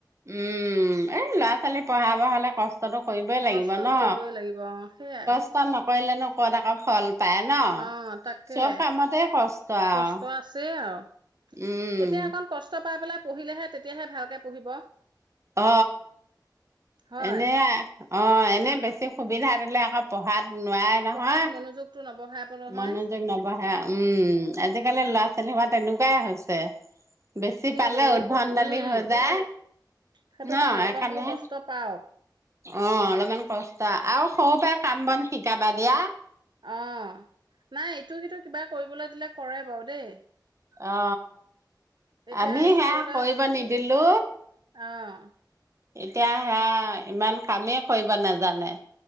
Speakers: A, on the right; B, on the right.
A: উম এই ল'ৰা ছোৱালী পঢ়াব হলে কষ্ট কৰিবই লাগিব
B: কষ্ট
A: ন
B: কৰিবই লাগিব অ', সেইয়াই
A: কষ্ট নকৰিলে ন ক'ত আকৌ ফল পায় ন
B: অ তাকে
A: চব কামতে কষ্ট আৰু।
B: কষ্ট আছে আও
A: উম
B: এতিয়া অকন কষ্ট পাই পেলাই পঢ়িলেহে তেতিয়াহে ভালকে পঢ়িব।
A: অ
B: হয়।
A: এনেই অ এনেই বেছি সুবিধা দিলে আকৌ পঢ়াত নোৱাৰে নহয়।
B: পঢ়াত মনোযোগটো নবঢ়াব নহয়,
A: মনোৰযোগ নবঢহ়ে উম আজিকালি
B: উম,
A: ল'ৰা ছোৱালী হোপা তেনেকুৱা কোৱাই হৈছে বেছি পালে
B: হেৰি
A: উদ্ভণ্ডলি
B: উম,
A: হৈ যায়
B: সেইটো
A: ন
B: কাৰণে অকণ
A: এইখণে
B: বোলো কষ্ট পাওক।
A: অ অলপমান কষ্ট আৰু সৰু পৰা কাম বন শিকাবা দিয়া।
B: অ নাই ইটো সটো কিবা কৰিবলৈ দিলে কৰে বাও দেই
A: অ
B: এতিয়া
A: আমি
B: স্কুললৈ
A: সেয়া কৰিব নিদিলো
B: অঁ
A: এতিয়া সেয়া ইমান কামেই কৰিব নাজানে।